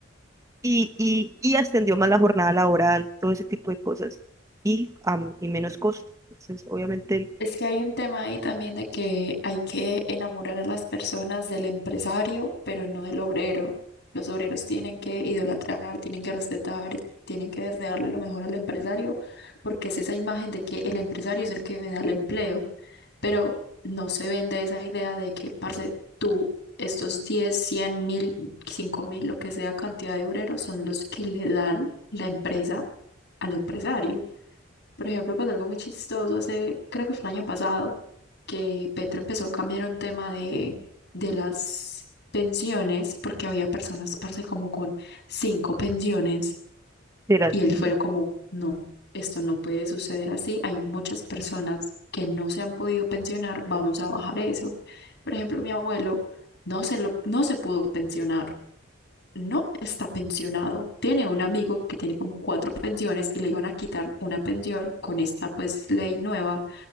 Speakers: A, on the right; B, on the left.
A: y, y, y extendió más la jornada laboral, todo ese tipo de cosas, y, am, y menos costo. Entonces, obviamente,
B: Es que hay un tema ahí también de que hay que enamorar a las personas del empresario, pero no del obrero. Los obreros tienen que idolatrar, tienen que respetar, tienen que desearle lo mejor al empresario, porque es esa imagen de que el empresario es el que me da el empleo. Pero no se vende esa idea de que, parce, tú, estos 10 100 mil, 5 mil, lo que sea cantidad de obreros, son los que le dan la empresa al empresario. Por ejemplo, pasó algo muy chistoso hace, creo que fue el año pasado, que Petro empezó a cambiar un tema de, de las pensiones, porque había personas, parce, como con cinco pensiones,
A: será
B: y él
A: que
B: fue como, no, esto no puede suceder así, hay muchas personas que no se han podido pensionar, vamos a bajar eso. Por ejemplo, mi abuelo no se lo, no se pudo pensionar no está pensionado. Tiene un amigo que tiene como cuatro pensiones y le iban a quitar una pensión con esta pues ley nueva